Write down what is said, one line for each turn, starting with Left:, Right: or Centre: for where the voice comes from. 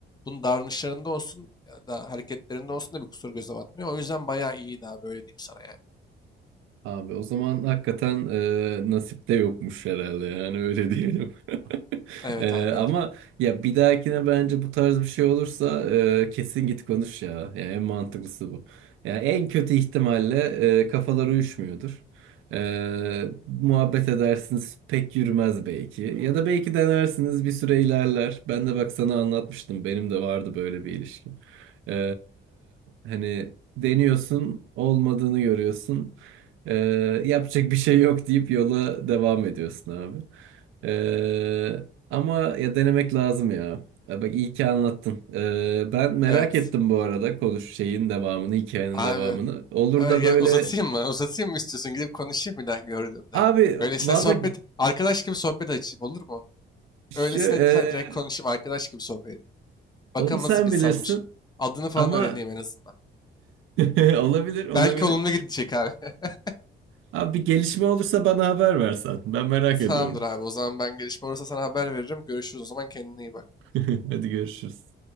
Left: Bunun davranışlarında olsun ya da hareketlerinde olsun da bir kusur göze batmıyor. O yüzden bayağı iyiydi abi öyle diyeyim sana yani.
Right: Abi o zaman hakikaten e, nasipte yokmuş herhalde yani öyle diyelim. <laughs>
Left: Evet
Right: E,
Left: abi
Right: ama
Left: öyle.
Right: ya bir dahakine bence bu tarz bir şey olursa e, kesin git konuş ya. Yani en mantıklısı bu. Yani en kötü ihtimalle e, kafalar uyuşmuyordur. E, muhabbet edersiniz pek yürümez belki. Ya da belki denersiniz bir süre ilerler. Ben de bak sana anlatmıştım benim de vardı böyle bir ilişkim. E, hani deniyorsun olmadığını görüyorsun. Ee, yapacak bir şey yok deyip yola devam ediyorsun abi. Ee, ama ya denemek lazım ya. Ya bak iyi ki anlattın. Ee, ben merak
Left: Evet.
Right: ettim bu arada konuş şeyin devamını, hikayenin
Left: Abi
Right: devamını. Olur
Left: Ay,
Right: da
Left: ya
Right: böyle
Left: uzatayım mı? Uzatayım mı istiyorsun? Gidip konuşayım bir daha gördüğümde.
Right: abi
Left: Öylesine
Right: valla
Left: sohbet, arkadaş gibi sohbet açayım olur mu? Öylesine
Right: şu e,
Left: de- direkt konuşayım, arkadaş gibi sohbet edeyim. Bakalım
Right: onu sen
Left: nasıl bir insanmış.
Right: bilirsin
Left: Adını falan
Right: ama
Left: öğreneyim en azından.
Right: <laughs> olabilir olabilir.
Left: Belki olumlu gidecek abi. <laughs>
Right: Abi bir gelişme olursa bana haber versen. Ben merak
Left: Tamamdır
Right: ediyorum.
Left: abi. O zaman ben gelişme olursa sana haber veririm. Görüşürüz o zaman kendine iyi bak.
Right: <laughs> Hadi görüşürüz.